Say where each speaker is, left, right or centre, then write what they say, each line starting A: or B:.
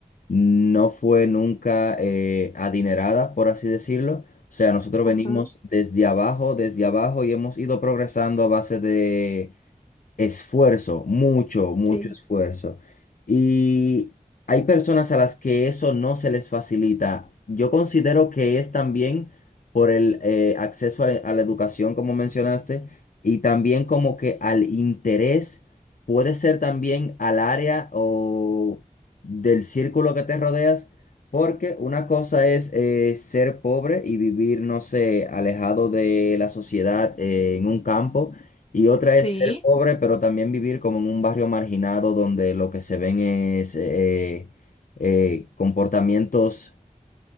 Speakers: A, on the left; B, on the left.
A: no fue nunca eh, adinerada, por así decirlo. O sea, nosotros
B: Ajá,
A: venimos desde abajo, desde abajo y hemos ido progresando a base de Esfuerzo, mucho, mucho
B: sí,
A: esfuerzo. Y hay personas a las que eso no se les facilita. Yo considero que es también por el eh, acceso a la, a la educación, como mencionaste, y también como que al interés, puede ser también al área o del círculo que te rodeas, porque una cosa es eh, ser pobre y vivir, no sé, alejado de la sociedad eh, en un campo. Y otra es
B: sí,
A: ser pobre, pero también vivir como en un barrio marginado donde lo que se ven es eh, eh, comportamientos